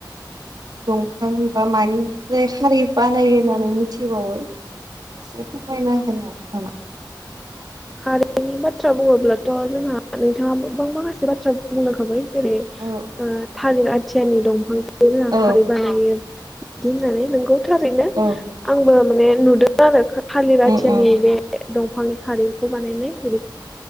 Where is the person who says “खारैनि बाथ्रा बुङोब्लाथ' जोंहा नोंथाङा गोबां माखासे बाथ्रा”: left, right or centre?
Centre